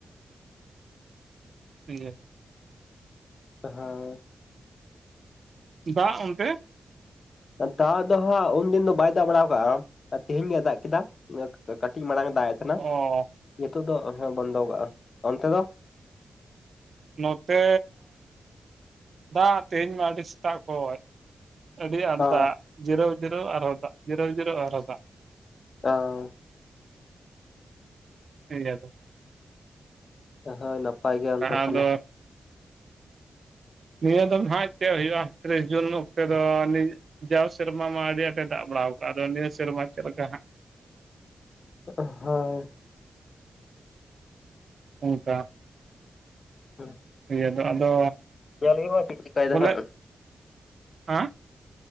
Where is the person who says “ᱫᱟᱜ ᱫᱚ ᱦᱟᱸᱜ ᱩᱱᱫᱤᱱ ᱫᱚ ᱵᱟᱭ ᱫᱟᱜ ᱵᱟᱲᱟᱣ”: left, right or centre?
Left